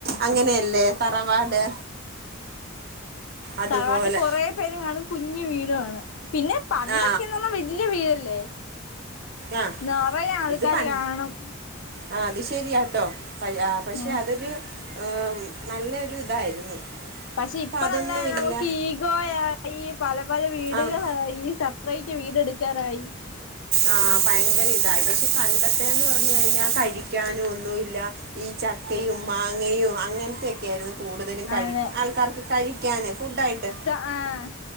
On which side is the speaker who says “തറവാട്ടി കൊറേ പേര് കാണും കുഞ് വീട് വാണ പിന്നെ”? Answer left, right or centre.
Left